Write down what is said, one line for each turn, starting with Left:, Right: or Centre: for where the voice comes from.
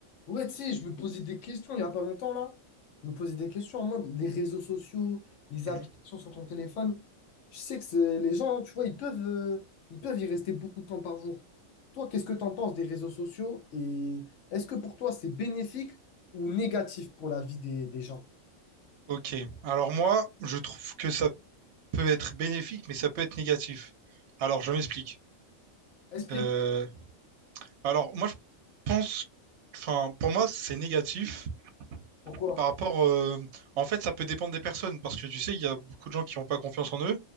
Left: Ouais, tu sais, je me posais des questions il n'y a pas longtemps, là. Je me posais des questions en mode les réseaux sociaux, les
Right: Mhm.
Left: applications sur ton téléphone. Je sais que c'est- les gens, tu vois, ils peuvent, euh, ils peuvent y rester beaucoup de temps par jour. Toi, qu'est-ce que tu en penses des réseaux sociaux et est-ce que pour toi, c'est bénéfique ou négatif pour la vie des, des gens?
Right: Ok. Alors moi, je trouve que ça peut être bénéfique, mais ça peut être négatif. Alors, je m'explique.
Left: Explique
Right: Euh, alors, moi, je pense, enfin, pour moi, c'est négatif
Left: pourquoi.
Right: par rapport, euh, en fait, ça peut dépendre des personnes, parce que tu sais, il y a beaucoup de gens qui n'ont pas confiance en eux,